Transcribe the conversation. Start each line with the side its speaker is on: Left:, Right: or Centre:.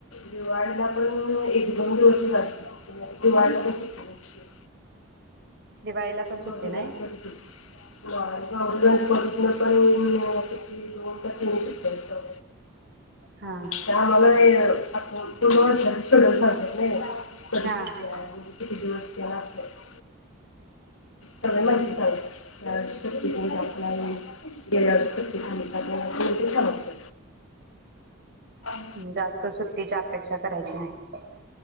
Left: दिवाळीला पण एक दोन दिवसच असत दिवाळीला सुट्टी नसते.
Right: दिवाळीला पण सुट्टी
Left: गौरी
Right: नाही
Left: गणपती गौरी गणपती. मग काय दोन का तीन सुट्ट्या असतात.
Right: हा
Left: त्या मला वेगळं. आप कोन <unintelligible> सगळ सांगत नई. कररी
Right: हा
Left: चुक्या किती दिवस केलाे <unintelligible> त्या माहि शक्तीकला गेल्यावर शक्ती ख समज <inaudible>
Right: जास्त सुट्टीच्या आप पेक्षा करायची नाही.